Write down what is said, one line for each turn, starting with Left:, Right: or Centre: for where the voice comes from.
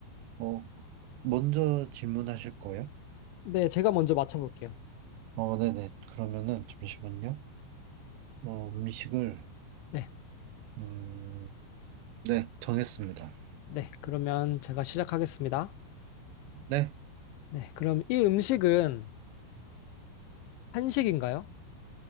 Right: 어, 먼저 질문하실 거예요?
Left: 네. 제가 먼저 맞춰볼게요.
Right: 어, 네네, 그러면은, 잠시만요. 어, 음식을,
Left: 네.
Right: 음, 네, 정했습니다.
Left: 네. 그러면 제가 시작하겠습니다.
Right: 네,
Left: 네. 그럼 이 음식은 한식인가요?